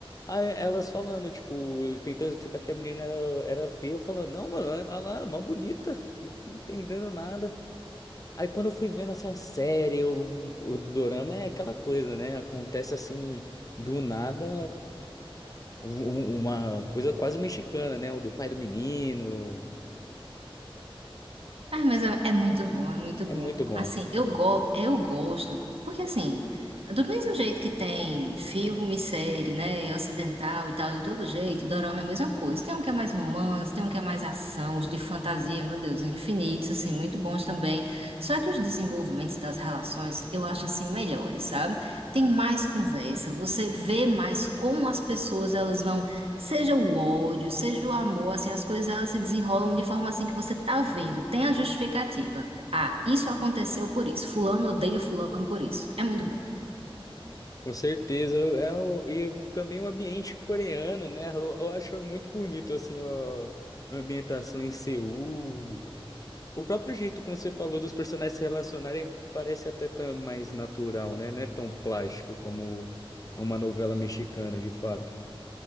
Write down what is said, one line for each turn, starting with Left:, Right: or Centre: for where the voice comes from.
Left: Aí elas falando, tipo, tentando explicar que a menina era, era feia, eu falando, não, mano, olha lá, uma bonita, <laughs> não entendendo nada. Aí quando eu fui vendo assim a série, o, o dorama é aquela coisa, né? Acontece assim, do nada, um- um- uma coisa quase mexicana, né? O do pai do menino.
Right: Ah, mas é, é muito bom, é muito
Left: É
Right: bom.
Left: muito bom.
Right: Assim, eu, go eu gosto, porque assim, do mesmo jeito que tem filme, série, né, ocidental e tal, de todo jeito, dorama é a mesma coisa. Tem um que é mais romance, tem um que é mais ação, os de fantasia, meu Deus, infinitos, assim, muito bons também. Só que os desenvolvimentos das relações, eu acho assim, melhores, sabe? Tem mais conversa, você vê mais como as pessoas, elas vão Seja o ódio, seja o amor, assim, as coisas elas se desenrolam de forma assim que você tá vendo, tem a justificativa. Ah, isso aconteceu por isso. Fulano odeia fulano por isso. É muito bom.
Left: Com certeza, eu- é, o- e também o ambiente coreano, né? Eu, eu acho muito bonito, assim, o- a ambientação em Seul. O próprio jeito, como você falou, dos personagens se relacionarem parece até tão mais natural, né? Não é tão plástico como uma novela mexicana, de fato.